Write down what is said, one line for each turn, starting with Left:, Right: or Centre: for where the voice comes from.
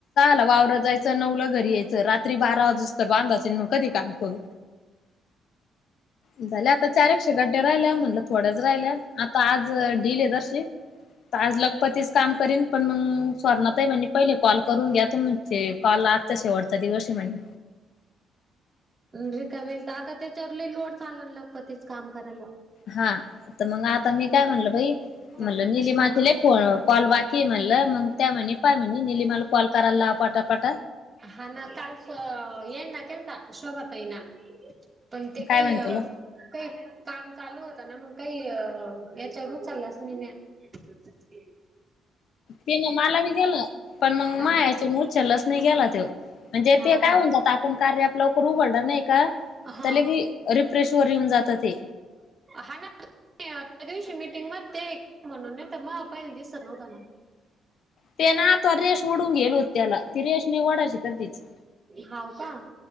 Left: ल वावर जायचं. नऊला घरी यायचं रात्री बारा वाज अस तर बांधा असेल मग कधी काम करू. झाले आता चारकशे गड्ड्या राहिल्या म्हणलं थोड्याच राहिल्या आता आज ढिल आहे दर्शी. आज लगपतच काम करीन पण मग स्वर्णात आहे म्हणजे पहिले कॉल करून घ्या तो म्ह कॉल आत तसे वढता दिवस आहे म्हणे.
Right: रिकामेस आता त्याच्यावरली लोड चाल ना लगपतीच काम करायला.
Left: हा तर मग आता मी काय म्हणलं बाई म्हणलं
Right: ते कृष्णाच
Left: निलीमातीला कॉल की म्हणलं मग त्या म्हणे पाय म्हणे निलीिमाला कॉल करायला पाटापाट
Right: हा ना कळस येना केलत शोभातयना. पण ते
Left: काय
Right: काही
Left: म्हण
Right: अ
Left: तुला
Right: काही काम चालू होतं ना मग काही याच्यावर चालला असं नाही. ठी <unintelligible>
Left: ते ना मला बी गेलं पण मग
Right: हा
Left: मा याच्या उचल नाही केला ते म्हणजे
Right: हा
Left: ते काय
Right: का?
Left: होऊन जात आपण कार्य आप लवकर उघडणार नाही का
Right: हा
Left: ल की. रिफ्रेश वर येऊन जात ते.
Right: हा ना. त्या दिवशी म मिटिंग म ते एक म्हणून न त्या मग पाला दिसत नव्हतना.
Left: ते ना आता रेश ओढून गेल होत त्याला ती रेश म ओढाची तर तीच.
Right: हाव का.